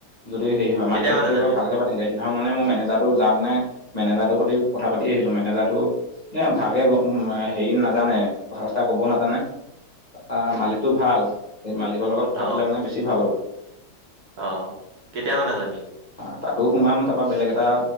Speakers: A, on the left (about 35°); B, on the right (about 60°).
A: যদি হেৰি হয়
B: কেতিয়া
A: মালিকৰ
B: মানে
A: সৈতে
B: যাবি
A: এবাৰ ভালকে সেইদিনাখনৰ মানে মই মেনেজাৰটো যাম নে, মেনেজাৰটোৰ সৈতে কথা পাতি আহিলো, মেনেজাৰটো এই ভালকৈ হেৰি নাজানে। কথা ক'ব নাজানে, ত'
B: উম
A: মালিকটো ভাল, এই মালিকৰ লগত কথা
B: অ
A: পাতিলে মানে বেছি ভাল হ'ব।
B: অ', কেতিয়া মানে যাবি?
A: ত'তাতেও সোমাম, তাৰ পৰা বেলেগ এটা